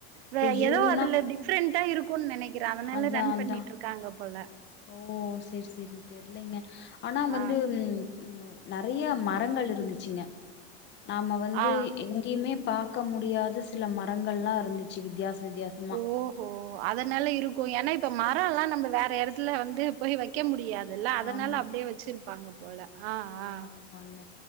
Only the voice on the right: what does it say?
வே
எதோ அதுல டிப் ஃப்ரெண்ட்டா இருக்கூன் நெனைக்கிறே அதனால
ரன்
பண்ணிட்ருக்காங்க போல
ஆ
ஆ
ஓஹோ அதனால இருக்கு எனா இப்ப மரல்லா நம்ம வேற யடத்துல வந்து போய் வெக் க்க முடியாதுல்ல அதனால
அப்டியே வெச்சிருப்பாங்க போல ஆ
ஆ